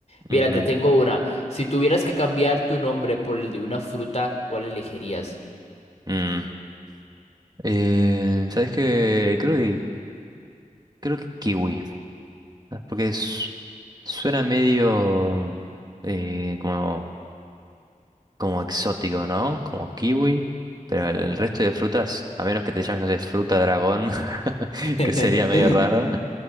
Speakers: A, on the left; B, on the right.
A: Mira,
B: Ujú.
A: te tengo una. Si tuvieras que cambiar tu nombre por el de una fruta, ¿cuál elegirías?
B: Mm. Eh, ¿sabes qué? Creo que, creo que kiwi, ¿no? porque es- suena medio eh, como como exótico, ¿no? Como kiwi. Pero el, el resto de frutas, a menos que te llames, no sé, fruta dragón, <laughs>
A: <laughs>
B: que sería medio raro.